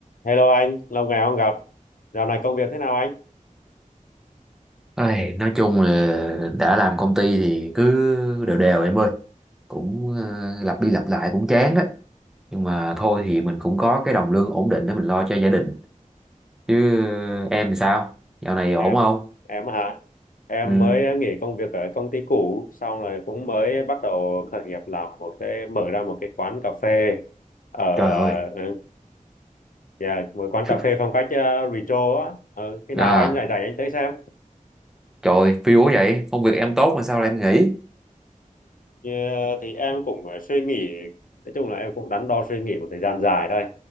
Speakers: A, on the left (about 80°); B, in the centre.
A: Hello anh, lâu ngày không gặp. Dạo này công việc thế nào anh?
B: Ai, nói chung là đã làm công ty thì cứ đều đều em ơi cũng ờ, lặp đi lặp lại cũng chán á nhưng mà thôi thì mình cũng có cái đồng lương ổn định để mình lo cho gia đình chứ ờ, em thì sao dạo này ổn
A: Em,
B: không
A: em hả? Em
B: ừ.
A: mới nghỉ công việc ở công ty cũ, xong rồi cũng mới bắt đầu khởi nghiệp làm một cái mở ra một cái quán cà phê ở
B: trời ơi
A: ừ, yeah, một quán
B: <laughs>
A: cà phê phong cách ờ, retro á. Ờ, khi nào
B: à
A: anh rảnh rảnh anh tới xem.
B: trời phiêu quá vậy công việc em tốt mà sao lại em nghỉ
A: Thì, ờ, thì em cũng ờ, suy nghĩ, nói chung là em cũng đắn đo suy nghĩ một thời gian dài đây.